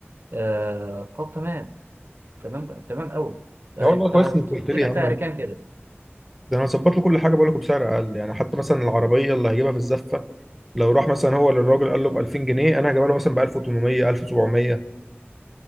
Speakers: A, on the right (about 50°); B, in the centre.
A: آه، طب تمام تمام بقى، تمام أوي آه،
B: يا والله
A: تع-
B: كويس
A: تحط
B: انك قلت لي
A: لك
B: يا عم
A: سعر كام كده
B: ده انا هظبط له كل حاجه بقول لكم بسعر اقل يعني حتى مثلا العربيه اللي هجيبها في الزفه لو راح مثلا هو للراجل قال له ب 2000 جنيه انا هجيبها له مثلا ب 1800 1700